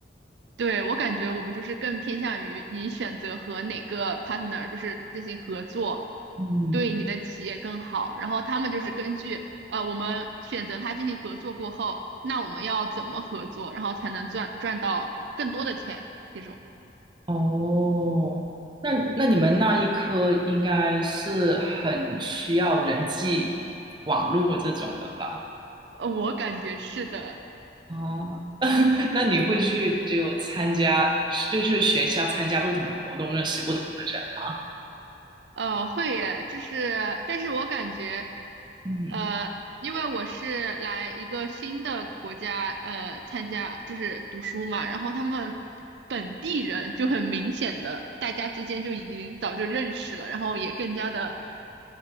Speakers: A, on the right; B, on the right.
A: 对，我感觉我们就是更偏向于你选择和哪个 partner 就是进行合作，
B: 嗯，
A: 对你的企业更好。然后他们就是根据呃我们选择他进行合作过后，那我们要怎么合作，然后才能赚赚到更多的钱？这种，
B: 哦，那那你们那一科应该是很需要人际网络这种的吧？
A: 呃，我感觉是的。
B: 哦，<laughs> 那你会去就参加，是就去学校参加不同的活动，认识不同的人吗。
A: 呃，会耶，就是，但是我感觉，
B: 嗯
A: 呃，因为我是来一个新的国家，呃，参加就是读书嘛，然后他们本地人就很明显的，大家之间就已经早就认识了，然后也更加的